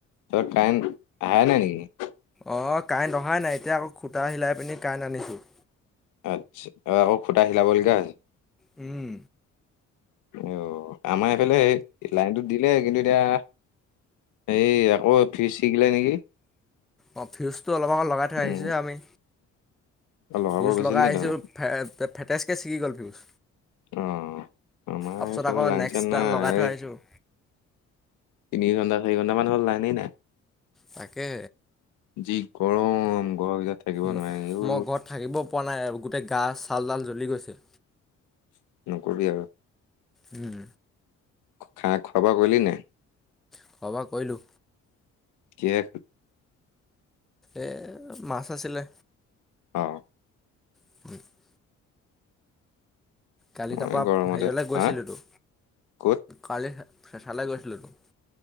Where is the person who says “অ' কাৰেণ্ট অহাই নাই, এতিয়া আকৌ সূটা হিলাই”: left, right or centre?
Centre